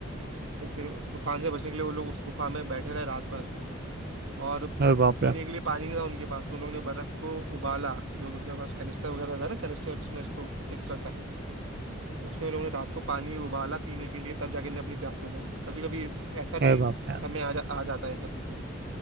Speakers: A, on the right; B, on the right.
A: तो फिर तूफान से बचने के लिए वो लोग उस गुफा में बैठे रहे रात भर और
B: अरे बाप
A: पी- पीने
B: रे
A: के लिए पानी नहीं था उनके पास तो उन लोगों ने बर्फ को उबाला जो उसके पास कैनिस्टर वगैरह था ना कैनिस्टर जिसमें स्टोव फिक्स रहता है उसमें उन लोगों ने रात को पानी उबाला पीने के लिए तब जाके इन्हें अपनी प्यास बुझाई तो कभी कभी ऐसा भी
B: अरे बाप रे
A: समय आ, जा, आ जाता है इन सब चीजों में